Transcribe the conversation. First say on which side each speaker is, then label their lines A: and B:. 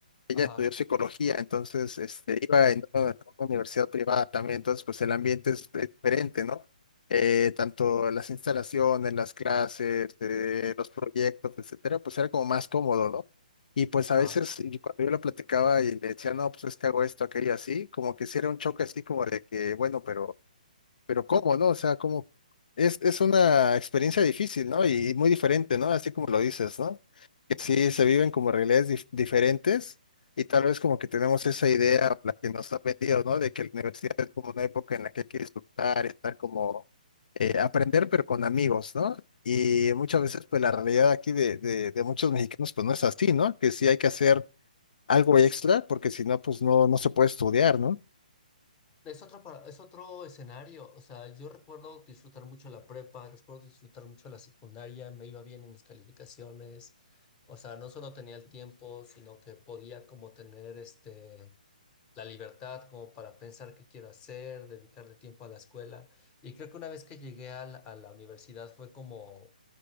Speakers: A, on the left; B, on the left.
A: ella
B: ajá,
A: estudió psicología, entonces este, iba en una, una universidad privada también, entonces pues el ambiente es, es diferente, ¿no? Eh, tanto las instalaciones, las clases, eh, los proyectos, etcétera, pues era como más cómodo, ¿no? Y pues
B: ajá.
A: a veces y cuando yo lo platicaba y le decía, no, pues es que hago esto, aquello así, como que sí era un choque así como de que, bueno, pero pero ¿cómo, no? O sea, ¿cómo? Es, es una experiencia difícil, ¿no? Y, y muy diferente, ¿no? Así como lo dices, ¿no? Que sí se viven como realidades dif- diferentes y tal vez como que tenemos esa idea, o la que nos ha vendido, ¿no? De que la universidad es como una época en la que hay que disfrutar, estar como, eh, aprender, pero con amigos, ¿no? Y muchas veces, pues la realidad aquí de, de, de muchos mexicanos, pues no es así, ¿no? Que sí hay que hacer algo extra porque si no, pues no, no se puede estudiar, ¿no?
B: Es otro, para- es otro escenario. O sea, yo recuerdo disfrutar mucho la prepa, recuerdo disfrutar mucho la secundaria, me iba bien en mis calificaciones. O sea, no solo tenía el tiempo, sino que podía como tener este la libertad como para pensar qué quiero hacer, dedicarle tiempo a la escuela. Y creo que una vez que llegué a la, a la universidad fue como